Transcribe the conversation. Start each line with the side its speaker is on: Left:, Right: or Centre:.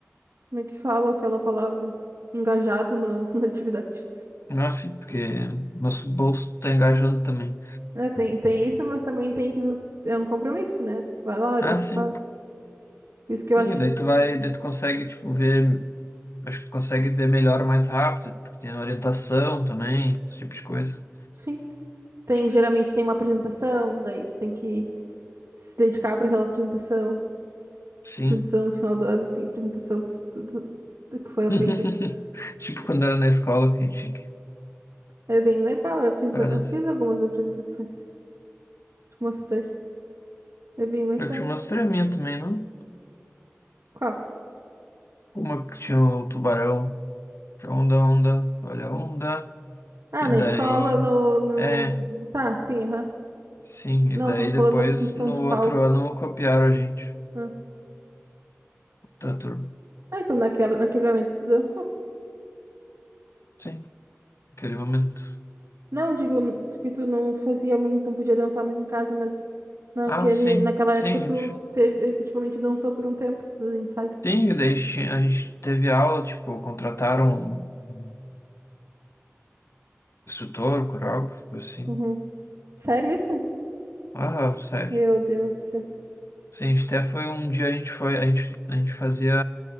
Right: como é que fala aquela palavra? Engajado na <laughs> na atividade.
Left: Não é assim, porque nosso bolso tá engajando também.
Right: É, tem, tem isso, mas também tem que. É um compromisso, né? Tu vai lá,
Left: Ah,
Right: daí tu
Left: sim.
Right: faz. Por isso que eu
Left: Sim,
Right: acho.
Left: daí tu vai, daí tu consegue, tipo, ver. Acho que tu consegue ver melhor mais rápido, porque tem orientação também, esse tipo de coisa.
Right: Sim. Tem, geralmente tem uma apresentação, daí tu tem que se dedicar para aquela apresentação.
Left: Sim.
Right: Apresentação no final do ano, assim apresentação do, do, do- do que foi aprendido.
Left: <laughs> Tipo
Right: É
Left: quando era na escola que a gente tinha que
Right: é bem legal, eu fiz,
Left: parar
Right: eu fiz algumas apresentações. Te mostrei. É bem legal.
Left: Eu tinha umas treminhas também, não?
Right: Qual?
Left: Uma que tinha o tubarão. Tinha onda, onda, olha a onda.
Right: Ah,
Left: E
Right: na
Left: daí.
Right: escola, no, no...
Left: É,
Right: Tá, sim, aham.
Left: sim. E
Right: Não,
Left: daí
Right: tava falando
Left: depois,
Right: da apresentação
Left: no
Right: de
Left: outro
Right: palco.
Left: ano, copiaram a gente.
Right: Ah,
Left: Tá, turma.
Right: Ah, então naquela, naquele momento tu dançou.
Left: Sim, aquele momento.
Right: Não, digo n- que tu não fazia muito, não podia dançar muito em casa, mas naquele,
Left: Ah, sim,
Right: naquela
Left: sim,
Right: época
Left: a
Right: tu
Left: gente.
Right: teve, efetivamente dançou por um tempo nos ensaios.
Left: Sim, e daí tinha- a gente teve aula, tipo, contrataram um um instrutor, um coreógrafo, coisa assim.
Right: Uhum. Sério isso?
Left: Ah, sério.
Right: Meu Deus do céu.
Left: Sim, a gente até foi um dia a gente foi, a gente, a gente fazia,